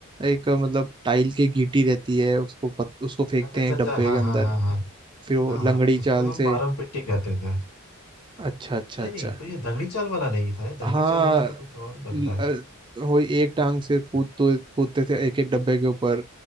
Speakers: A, on the right; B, on the left.
A: एक अ, मतलब टाइल की गीटी रहती है उसको पत, उसको फेंकते
B: अच्छा अच्छा
A: हैं एक
B: अच्छा
A: डब्बे
B: हाँ
A: के अंदर
B: हाँ हाँ हाँ
A: फिर वो
B: हाँ
A: लंगड़ी
B: हाँ उसको
A: चाल
B: हम
A: से
B: मारम पिट्टी कहते थे
A: अच्छा अच्छा
B: नहीं
A: अच्छा
B: नहीं तो ये दंगड़ी चाल वाला नहीं था ये दंगड़ी
A: हाँ
B: चाल वाला तो कुछ और लग
A: ल-
B: रहा है
A: अ, वही एक टांग से कूद तो कूदते थे एक एक डब्बे के ऊपर